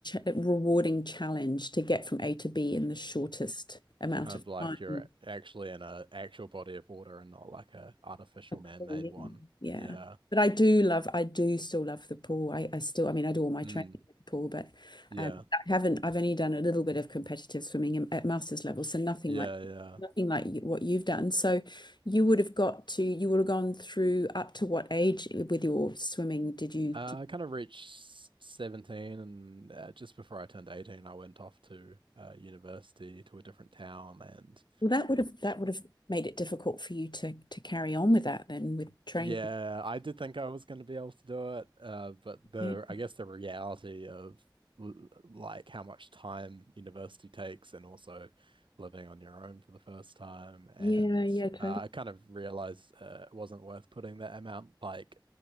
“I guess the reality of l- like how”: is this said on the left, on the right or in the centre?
Right